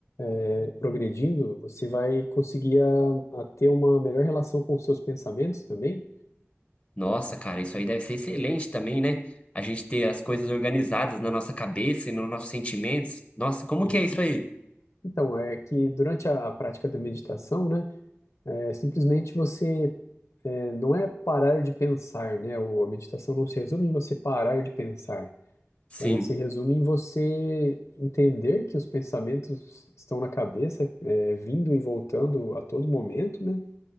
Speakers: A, on the left (about 80°); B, on the left (about 25°).
A: é, progredindo, você vai conseguir a, a ter uma melhor relação com os seus pensamentos também?
B: Nossa, cara, isso aí deve ser excelente também, né? A gente ter as coisas organizadas na nossa cabeça e nos nossos sentimentos. Nossa, como
A: Sim.
B: que é isso aí?
A: Então, é que durante a, a prática da meditação, né, é, simplesmente você é, não é parar de pensar, né? O- A meditação não se resume em você parar de pensar.
B: Sim,
A: Ela se resume em você entender que os pensamentos estão na cabeça, é, vindo e voltando a todo momento, né?